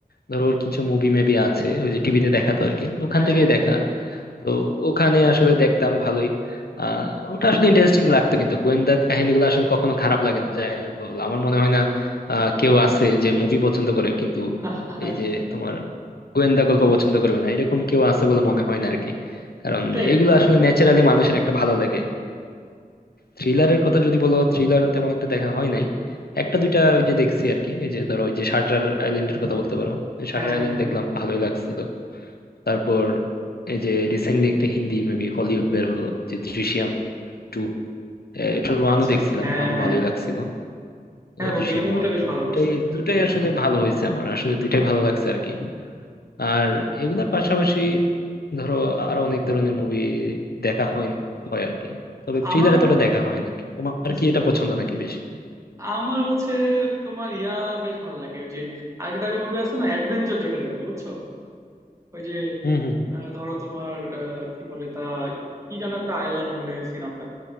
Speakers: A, on the left; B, on the right.
A: ধরো ওর কিছু মুভি মেবি আছে ওই যে টিভিতে দেখাতো আর কি ওখান
B: হ্যাঁ
A: থেকেই
B: হ্যাঁ
A: দেখা
B: হ্যাঁ
A: তো ওখানে আসলে দেখতাম ভালোই আহ ওটা আসলে ইন্টারেস্টিং লাগতো কিন্তু গোয়েন্দা কাহিনীগুলো আসলে কখনো খারাপ লাগে না যাই বল আমার মনে হয় না আহ কেউ আছে যে মুভি পছন্দ করে কিন্তু
B: <laughs>
A: এই যে তোমার গোয়েন্দা গল্প পছন্দ করবে না এরকম কেউ আছে বলে মনে হয় না আর কি কারণ
B: এটাই
A: এগুলো
B: আর কি
A: আসলে ন্যাচারালি মানুষের একটা ভালো লাগে থ্রিলারের কথা যদি বলো থ্রিলার তেমন একটা দেখা হয় নাই একটা দুইটা ওই যে দেখছি আর কি এই যে ধরো ওই যে শাটার আইল্যান্ডের কথা বলতে পারো শাটার
B: হ্যাঁ হ্যাঁ
A: আইল্যান্ড
B: হ্যাঁ
A: দেখলাম ভালোই লাগছিল তারপর এই যে রিসেন্টলি একটা হিন্দি মেবি হলিউড বের হলো যে দৃশ্যম টু এটার ওয়ানও
B: আচ্ছা
A: দেখছিলাম
B: হ্যাঁ
A: ওয়ানও
B: হ্যাঁ
A: ভালোই
B: হ্যাঁ
A: লাগছিল
B: হ্যাঁ
A: আহ,
B: বন্ধু
A: দৃশ্যম
B: এই মুভিটা
A: ওয়ান
B: বেশ
A: টু
B: ভালো
A: দুটাই
B: করছে
A: দুটাই আসলে ভালো হয়েছে আমার আসলে দুইটাই ভালো লাগছে আর কি আর এগুলার পাশাপাশি ধরো আরো অনেক ধরনের মুভি দেখা হয় হয় আর কি তবে থ্রিলার
B: আমার
A: এতটা দেখা হয় না তোমার
B: বুঝতে
A: কি এটা
B: পারছি
A: পছন্দ নাকি বেশি
B: আমার হচ্ছে তোমার ইয়া বেশ ভালো লাগে ওই যে আরেকটা টাইপের মুভি আছে না অ্যাডভেঞ্চার যেটাকে বলে বুঝছো ওই যে
A: হুম হুম হুম
B: আহ, ধরো তোমার আহ, কি বলে তা কি যেন একটা আয়ারল্যান্ড ভুলে গেছি নামটা